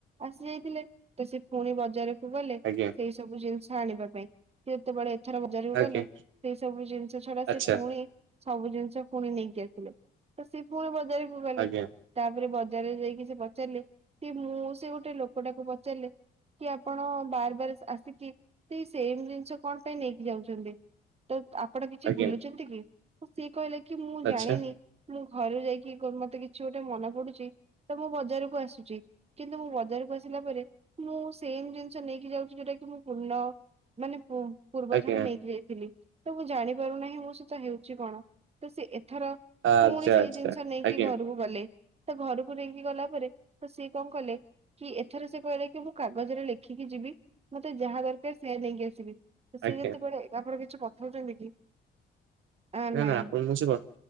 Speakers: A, on the right; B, on the right.
A: ଆସି ଯାଇଥିଲେ ତ ସେ ପୁଣି ବଜାରକୁ ଗଲେ
B: ଆଜ୍ଞା
A: ସେଇ ସବୁ ଜିନିଷ ଆଣିବା ପାଇଁ। ଯେତେବେଳେ ଏଥର ବଜାରକୁ
B: ଆଜ୍ଞା
A: ଗଲେ ସେଇ ସବୁ ଜିନିଷ ଛଡା
B: ଆଚ୍ଛା
A: ସେ ପୁଣି। ସବୁ ଜିନିଷ ପୁଣି ନେଇକି ଆସିଲେ ତ ସିଏ ପୁଣି ବଜାରକୁ ଗଲେ
B: ଆଜ୍ଞା
A: ତା ତାପରେ ବଜାରରେ ଯାଇକି ସେ ପଚାରିଲେ କି ମୁଁ ସେ ଗୋଟେ ଲୋକଟାକୁ ପଚାରିଲେ। କି ଆପଣ ବାର ବାର ଆସ ଆସିକି ସେଇ ସେମ ଜିନିଷ କଣ ପାଇଁ ନେଇକି ଯାଉଛନ୍ତି? ତ ଆପଣ କିଛି
B: ଆଜ୍ଞା
A: ଭୁଲୁଛନ୍ତି କି? ତ ସିଏ କହିଲା କି ମୁଁ
B: ଆଚ୍ଛା
A: ଜାଣିନି। ମୁଁ ଘରୁ ଯାଇକି କ ମତେ କିଛି ଗୋଟେ ମନ ପଡୁଛି ତ ମୁଁ ବଜାରକୁ ଆସୁଚି। କିନ୍ତୁ ମୁଁ ବଜାରକୁ ଆସିଲା ପରେ ମୁଁ ସେମ ଜିନିଷ ନେଇକି ଯାଉଛି ଯୋଉଟା କି ମୁଁ ପୂର୍ଣ୍ଣ। ମାନେ ପୁ ପୂର୍ବ
B: ଆଜ୍ଞା
A: ଥର ନେଇକି ଯାଇଥିଲି ତ ମୁଁ ଜାଣିପାରୁ ନାହିଁ ମୋ ସହିତ ହେଉଛି କଣ ତ ସେ ଏଥର।
B: ଆଚ୍ଛା
A: ପୁଣି ସେଇ
B: ଆଚ୍ଛା
A: ଜିନିଷ ନେଇକି
B: ଆଜ୍ଞା
A: ଘରକୁ ଗଲେ, ତ ଘରକୁ ନେଇକି ଗଲା ପରେ ତ ସେ କଣ କଲେ କି ଏଥର ସେ କହିଲା କି, ମୁଁ କାଗଜରେ ଲେଖିକି ଯିବି, ମତେ ଯାହା ଦରକାର ସେୟା ନେଇକି ଆସିବି। ସିଏ
B: ଆଜ୍ଞା
A: ଯେତେବେଳେ ଆପଣ କିଛି ପଚାରୁଚନ୍ତି କି? ଆ
B: ନା
A: ନାଇଁ
B: ନା ଆପଣ ମୁ ସେ କ